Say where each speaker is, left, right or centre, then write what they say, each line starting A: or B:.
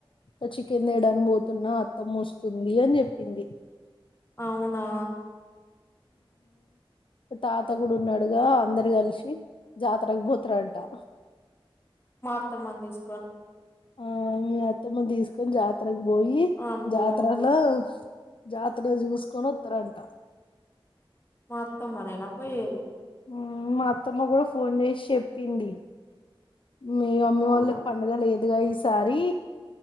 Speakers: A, on the left; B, on the left.
A: ఇట్ల చికెన్ తేడానికి పోతున్నా అత్తమ్మ ఒ వస్తుందీ అని చెప్పింది
B: అవునా
A: ఆ తాతగూడున్నడుగా అందరు కలిసి జాతరకు పోతరంటా
B: మా అత్తమ్మను తీస్
A: ఆ మీ అత్తమ్మని తీసుకొని జాత్ బోయి
B: అబ్బో
A: జాతరలా జాతర చూసుకొని వత్తరంట
B: మా అత్తమ్మ నేనా పోయేది
A: ఉమ్ మా అత్తమ్మ కూడా ఫోన్ చేసి చెప్పింది మీ మమ్మీ
B: అవునా
A: వాళ్ళకి పండుగ లేదుగా ఈసారి